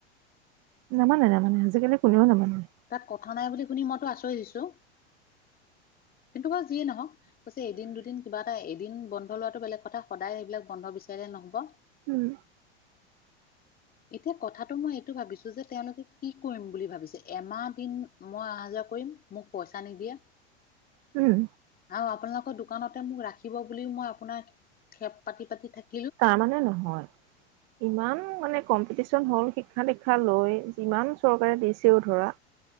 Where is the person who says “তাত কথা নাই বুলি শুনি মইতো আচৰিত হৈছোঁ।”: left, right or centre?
Left